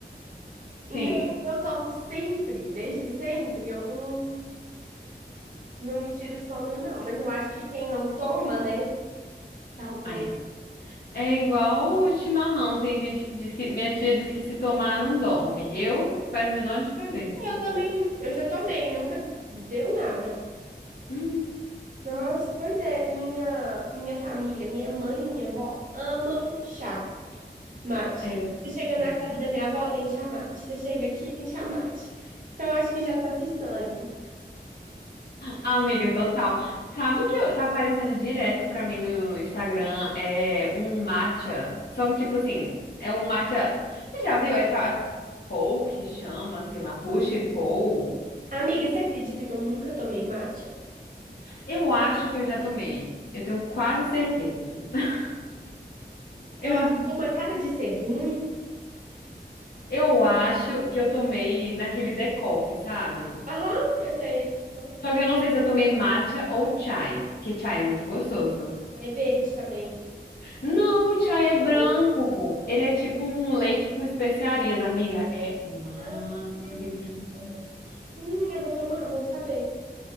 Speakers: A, on the right (about 50°); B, on the left (about 65°).
A: Então,
B: Sim.
A: como eu tomo sempre, desde sempre, eu não, não me tiro sono, não. Mas eu acho que quem não toma, né? Talvez.
B: Ah, é. É igual o chimarrão. Tem gente que diz que. Minha tia diz que se tomar não dorme. Eu faz a menor diferença.
A: Eu também, eu já tomei, nunca deu nada.
B: Hum,
A: Nossa, pois é, minha, minha família, minha mãe e minha avó amam chá. Mate.
B: é,
A: Você chega na
B: é muito
A: casa
B: bom.
A: da minha avó, tem chamate. Você chega aqui, tem chamate. Então, eu acho que já tá de sangue.
B: Amiga, total. Sabe o que eu- tá aparecendo direto pra mim no Instagram? É um matcha. Só que, tipo assim, é um matcha. Você já viu? É, tal é Pou que chama, sei lá, Push Pou.
A: Amiga, você acredita que eu nunca tomei matcha?
B: Eu acho que eu já tomei. Eu tenho quase certeza. <laughs> Eu
A: Eu acho
B: não.
A: que tem uma cara de ser ruim.
B: Eu acho que eu tomei naquele The Coffee, sabe?
A: Aham, eu sei. Aham.
B: Só que eu não sei se eu tomei matcha ou chai, porque chai é muito gostoso.
A: É verde também.
B: Não, o chai é branco.
A: Hum,
B: Ele é tipo um leite com especiarias, amiga. É maravilhoso.
A: Ah, que delícia. Hum, eu vou tomar, bom saber.